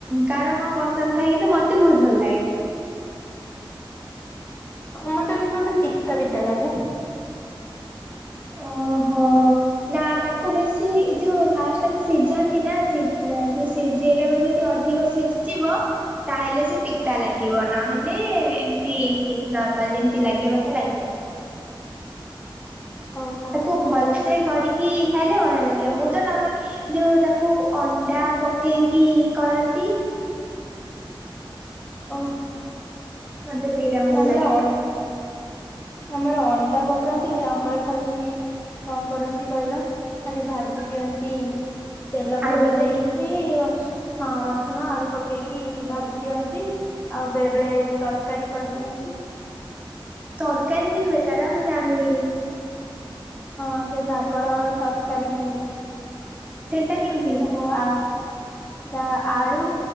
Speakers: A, on the right (about 15°); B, on the left (about 25°).
A: କାର କଣ ପସନ୍ଦ ଥାଏ କିନ୍ତ ମତେ ବହୁତ ଭଲ ଲାଗେ।
B: ମତେ ଗୋଟେ ପିତା ପିତା ଲାଗେ।
A: ଓହୋ ନା ତାକୁ ବେଶୀ ଯୋଉ ଫାଷ ତାକୁ ସିଝାନ୍ତି ନା ଯଉ ସିଝେଇଲା ବେଳେ ଯଦି ଅଧିକ ସିଝିଯିବ ତାହେଲେ ସେ ପିତା ଲାଗିବ ନହେଲେ ଏମତି ଠିକ ନର୍ମାଲ ଯେମତି ଲାଗିବା କଥା ଲାଗିବ।
B: ଓହୋ
A: ତାକୁ ଭଲସେ କରିକି ଖାଇଲେ ବଢିଆ ଲାଗିବ। ମୁଁ ତ ନର୍ମାଲି ଯୋଉ ତାକୁ ଅଣ୍ଡା ପକେଇକି କରନ୍ତି।
B: ଓହୋ।
A: ମତେ ସେଇଟା ଭଲ
B: ଆମର
A: ଲାଗେ।
B: ଅନ ଆମର ଅଣ୍ଡା ପକାନ୍ତି ଆମର ଖାଲି କଣ କରନ୍ତି କହିଲ ଖାଲି ଭାଜି
A: କଣ
B: ଦିଅନ୍ତି ତେଲ
A: ଆଳୁ
B: ଫେଲ
A: ପକେଇକି
B: ଦେଇକି ରସ ହଁ ରସୁଣ ଆଳୁ ପକେଇକି ଭାଜି ଦିଅନ୍ତି ଆଉ ବେଳେ ବେଳେ ତରକାରୀ କରିଦିଅନ୍ତି।
A: ତରକାରୀ ବି ହୁଏ ତାରା ମୁଁ ଜାଣିନି।
B: ହଁ ସେ ଶାଗର ତରକାରୀ ବି ହୁଏ।
A: ସେଇଟା କେମତି?
B: ସବୁ ଆ ସେଟା ଆଳୁ